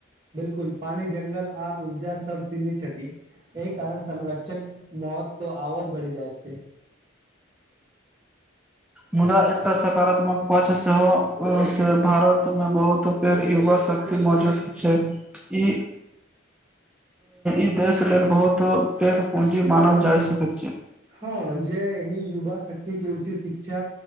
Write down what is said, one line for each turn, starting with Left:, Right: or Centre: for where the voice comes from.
Right: बिल्कुल पानी जंगल आ ऊर्जा सब सीमित एहि कारण संरक्षण बहुत आओर बढ़ि जाइत छै
Centre: मुदा एकटा सकारात्मक पक्ष सेहो से भारतमे बहुत पैघ युवा शक्ती मौजूद छैक ई ई देश लेल बहुत पैघ पूंजी मानल जाय सकैत छै
Right: हँ जे ही युवा शक्ति उचित शिक्षा